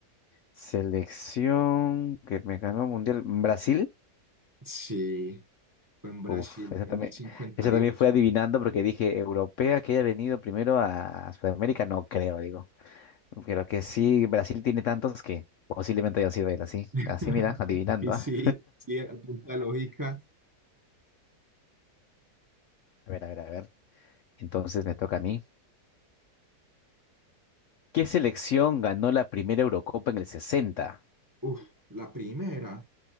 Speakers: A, on the left (about 80°); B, on the right (about 15°).
A: Selección que me ganó el mundial. ¿Brasil?
B: Sí, fue en Brasil,
A: Uf, esa
B: en
A: también,
B: el 58.
A: esa también fue adivinando
B: Y ocho.
A: porque dije, europea que haya venido primero a Sudamérica, no creo, digo. Creo que sí, Brasil tiene tantos que posiblemente haya sido él, así.
B: <laughs>
A: Así, mira, adivinando,
B: Y sí,
A: ¿ah?
B: sí, a punta de lógica.
A: A ver, a ver, a ver. Entonces me toca a mí. ¿Qué selección ganó la primera Eurocopa en el sesenta
B: Uf, la primera,